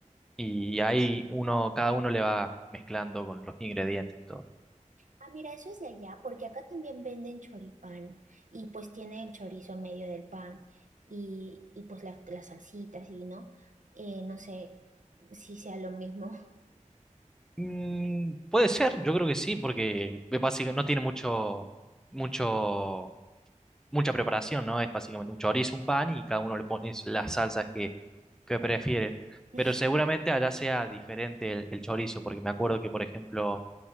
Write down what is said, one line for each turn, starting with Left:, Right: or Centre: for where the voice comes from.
Centre: Y ahí uno, cada uno le va mezclando con los ingredientes y todo.
Right: Ah, mira, eso es de allá, porque acá también venden choripán y pues tiene el chorizo en medio del pan y, y pues la- las salsitas y, ¿no? Eh, no sé si sea lo mismo.
Centre: Mm, puede ser, yo creo que sí, porque es básica- no tiene mucho, mucho, mucha preparación, ¿no? Es básicamente un chorizo, un pan y cada uno le pone las salsas que, que prefiere.
Right: <laughs>
Centre: Pero seguramente allá sea diferente el, el chorizo, porque me acuerdo que, por ejemplo,